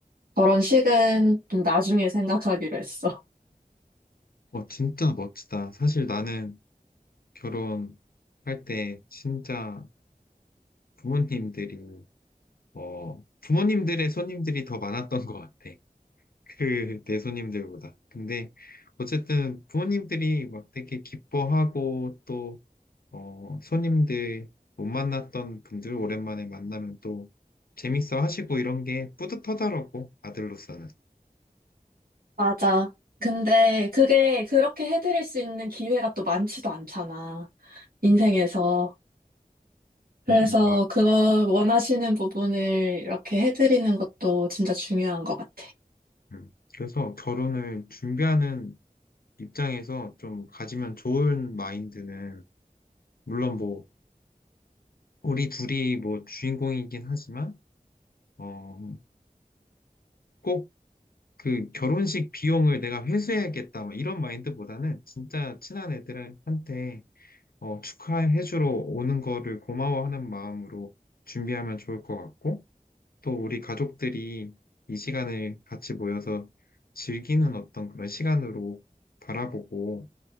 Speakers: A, on the right; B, on the left.
A: 결혼식은 좀 나중에 생각하기로 했어.
B: 어, 진짜 멋지다. 사실 나는 결혼할 때 진짜 부모님들이 어, 부모님들의 손님들이 더 많았던 것 같아. 그 내 손님들보다. 근데 어쨌든 부모님들이 막 되게 기뻐하고 또 어, 손님들 못 만났던 분들 오랜만에 만나면 또 재밌어 하시고 이런 게 뿌듯하더라고, 아들로서는.
A: 맞아. 근데 그게 그렇게 해드릴 수 있는 기회가 또 많지도 않잖아. 인생에서. 그래서
B: 음, 음, 막,
A: 그거 원하시는 부분을 이렇게 해드리는 것도 진짜 중요한 것 같아.
B: 음. 그래서 결혼을 준비하는 입장에서 좀 가지면 좋은 마인드는, 물론 뭐, 우리 둘이 뭐 주인공이긴 하지만, 어, 꼭 그 결혼식 비용을 내가 회수해야겠다, 막 이런 마인드보다는 진짜 친한 애들한테 어, 축하해주러 오는 거를 고마워하는 마음으로 준비하면 좋을 것 같고, 또 우리 가족들이 이 시간을 같이 모여서 즐기는 어떤 그런 시간으로 바라보고,